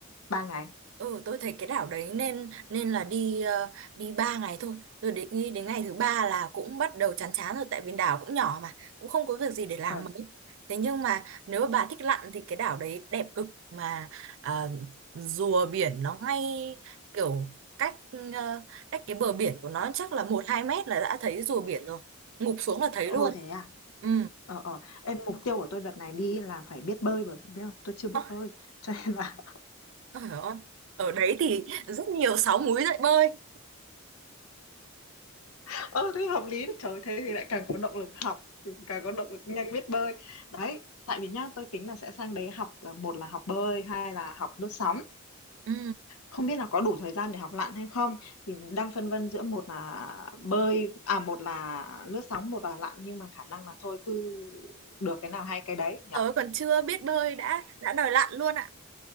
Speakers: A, on the left; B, on the right.
A: 3 ngày?
B: Ừ, tôi thấy cái đảo đấy nên nên là đi ờ, đi 3 ngày thôi. Tôi định nghĩ đến ngày thứ ba là cũng bắt đầu chán chán rồi tại vì đảo cũng nhỏ mà, cũng không có việc gì để làm
A: Ờ.
B: mấy. Thế nhưng mà nếu mà bà thích lặn thì cái đảo đấy đẹp cực mà ờ, rùa biển nó ngay kiểu cách ờ, cách cái bờ biển của nó chắc là một 2 mét là đã thấy rùa biển rồi. Ngụp xuống là thấy
A: Ô,
B: luôn.
A: thế à?
B: Ừ.
A: Ờ, ờ. em mục tiêu của tôi đợt này đi là phải biết bơi mà biết không? Tôi chưa biết
B: Ơ,
A: bơi. Cho nên là
B: trời ơi. Ở đấy thì rất nhiều sáo múi dậy bơi.
A: <laughs> ơ thế hợp lý đấy. Trời thế thì lại càng có động lực học, càng có động lực nhanh biết bơi. Đấy, tại vì nhá, tôi tính là sẽ sang đấy học à, một là học bơi, hai là học lướt sóng.
B: Ừ.
A: Không biết là có đủ thời gian để học lặn hay không thì đang phân vân giữa một là bơi à một là lướt sóng, một là lặn nhưng mà khả năng là thôi cứ được cái nào hay cái đấy nhỉ.
B: Tớ còn chưa biết bơi đã đã đòi lặn luôn ạ.